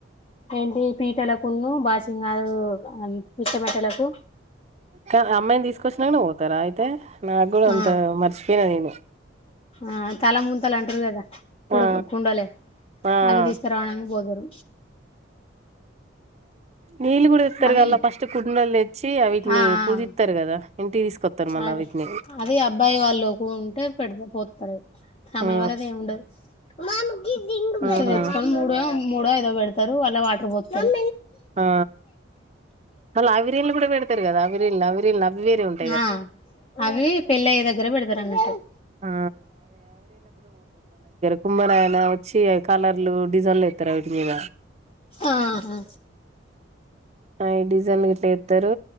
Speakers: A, on the left (about 30°); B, on the right (about 35°).
A: ఏంటి పీటల కున్ను బాసింగా <unintelligible> విచ్చమట్టలకు
B: కా అమ్మాయిని తీసుకొచ్చినాకనే పోతారా అయితే నా అంత
A: ఆ
B: మరిచపోయినా నేను
A: ఆ తల ముంతలంటరు కదా కుడు
B: ఆ
A: కుండలే
B: ఆ
A: అవి తీస్కరావడానికి పోతుర్రు
B: నీళు కూడా ఇస్తారు
A: అవి
B: గా ఫస్ట్ కుడ్నల్ చ్చి అవిటిని
A: ఆ
B: పూజిత్తారు
A: ఆ
B: కదా ఇంటికి తీసుకొత్తరు మళ్ళా
A: అదే
B: వీటిని
A: అది అబ్బాయి వాళ్ళుకి ఉంటే పెడత పోతారు అమ్మాయి
B: ఆ
A: వాళ్ళదేముండదు <unintelligible>
B: ఆహా
A: ఇట్ల తెచ్చుకొని మూడు మూడో ఐదో పెడతారు వాళ్ళ వాటర్ పోత్తారు.
B: ఆ అల అవిరీలు కూడా పెడతారు కదా అవిరిల్ అవిరల్ అవిేరే ఉంట్
A: ఆ అవి పెళ్ళయ్యే దగ్గర పెడతారనాటు
B: ఆ కుమ్మరాయినావ్ చి కలర్లు డిజన్లు ఏత్తారా ఆవీటి మీద.
A: ఆహా
B: ఆ డిజైన్లు ఇట్లా ఎస్తారు